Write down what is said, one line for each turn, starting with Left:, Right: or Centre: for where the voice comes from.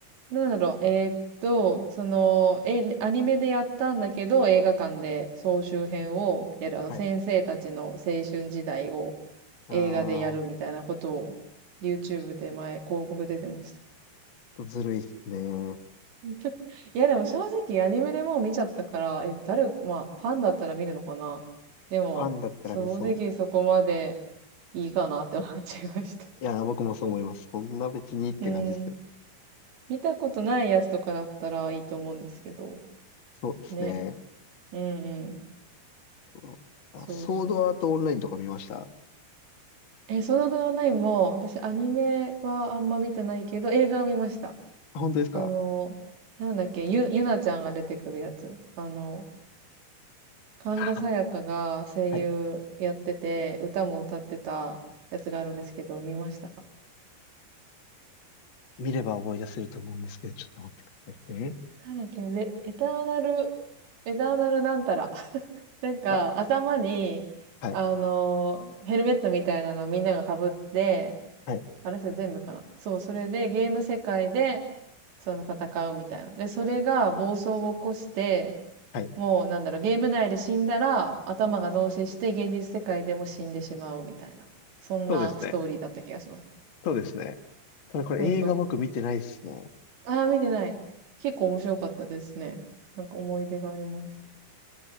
Right: なんだろう。えーっと、その、え、アニメでやったんだけど映画館で総集編をやる。あの先生たちの青春時代を
Left: はい。
Right: 映画でやるみたいなことを
Left: あ
Right: YouTube で前広告出てました。
Left: ー、ずるいですね。フ
Right: <laughs> いやでも正直アニメでもう見ちゃったから、え、誰、まあ、ファンだったら見るのかな。でも、
Left: ァンだったら見そう。
Right: 正直そこまでいいかなって思っちゃいました。
Left: いや、僕もそう思います。そんな別にって感じですよね。
Right: うん。見たことないやつとかだったらいいと思うんですけど。
Left: そうですね。
Right: ね。うんうん。
Left: とあソードアートオンラインとか見ました
Right: そうそう。え、ソードアートオンラインも、私アニメはあんま見てないけど、映画は見ました。
Left: あ本当ですか
Right: あの、なんだっけ、ゆ、ゆなちゃんが出てくるやつ。あの、神田沙也加が声優やってて、
Left: あはい。
Right: 歌も歌ってたやつがあるんですけど、見ましたか
Left: 見れば思い出せると思うんですけど、ちょっと待ってくださいね。
Right: なんだっけ、レエターナル、エターナルなんたら。<laughs> なんか、
Left: あ、
Right: 頭に、
Left: はい、
Right: あの、ヘルメットみたいなのみんなが被って、
Left: はい、
Right: あれそれ全部かな。そう、それでゲーム世界で、その戦うみたいな。で、それが暴走を起こして、
Left: はい。
Right: もうなんだろう、ゲーム内で死んだら頭が脳死して現実世界でも死んでしまうみたいな。そんなストーリーだった気がします。
Left: そうですね。そうですね。ただこれ映画僕見てないですね。
Right: そうそ
Left: こ
Right: う。ああ、見てない。結構面白かったですね。なんか思い出があります。